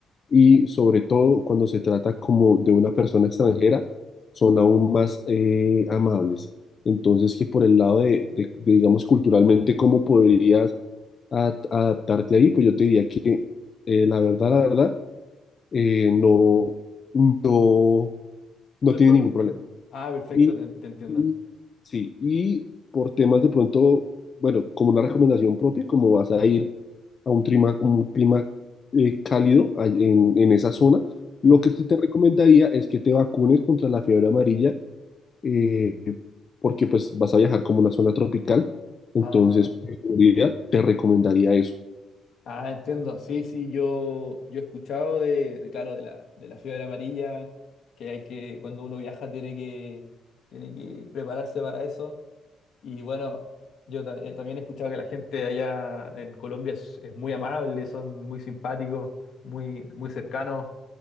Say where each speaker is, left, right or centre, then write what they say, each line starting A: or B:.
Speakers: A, on the left; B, on the left.
A: y sobre todo cuando se trata como de una persona extranjera, son aún más eh, amables. Entonces que por el lado de, de- de, digamos, culturalmente, ¿cómo podrías a- adaptarte ahí? Pues yo te diría que eh, la verdad, la verdad, eh, no, no, no
B: No hay
A: tiene
B: pro-
A: ningún problema.
B: ah, perfecto,
A: Y,
B: te, te entiendo.
A: y- sí, y por temas de pronto, bueno, como una recomendación propia, como vas a ir a un clima, un clima eh, cálido a- en, en esa zona, lo
B: Ujú.
A: que sí te recomendaría es que te vacunes contra la fiebre amarilla, eh, porque pues vas a viajar como una zona tropical, entonces
B: Ah.
A: por seguridad te recomendaría eso.
B: Ah, entiendo. Sí, sí, yo, yo he escuchado de, de, claro, de la, de la fiebre amarilla, que hay que, cuando uno viaja tiene que, tiene que prepararse para eso. Y bueno, yo ta- eh, también he escuchado que la gente allá en Colombia es, es muy amable, son muy simpáticos, muy, muy cercanos.